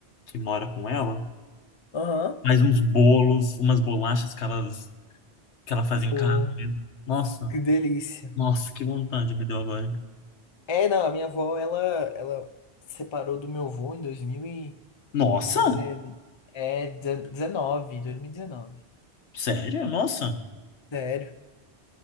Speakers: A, on the left; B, on the left.
A: que mora com ela
B: Aham.
A: faz uns bolos, umas bolachas que, elas, que ela faz em
B: Pô,
A: casa mesmo. Nossa,
B: que delícia.
A: nossa, que vontade me deu agora.
B: É, não, a minha avó, ela, ela separou do meu avô em 2019.
A: Nossa,
B: É, 19, 2019.
A: sério? Nossa,
B: Sério.